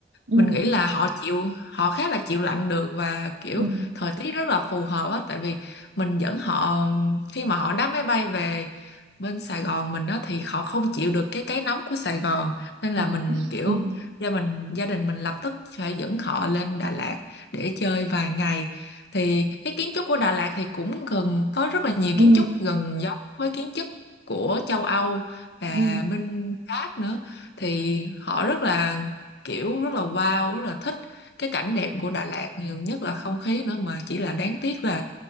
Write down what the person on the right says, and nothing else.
ừ,
ừ,
<laughs>
ừ,
ừ,
ừ,